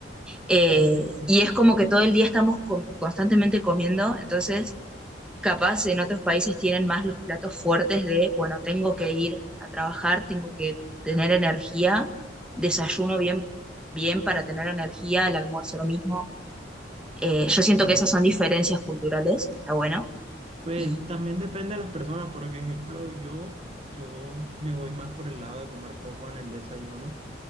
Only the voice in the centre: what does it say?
eh,
y es como que todo el día estamos com- constantemente comiendo, entonces capaz en otros países tienen más los platos fuertes de, bueno, tengo que ir a trabajar, tengo que tener energía, desayuno bien, bien para tener energía, el almuerzo lo mismo. Eh, yo siento
que esas son diferencias culturales, está bueno,
y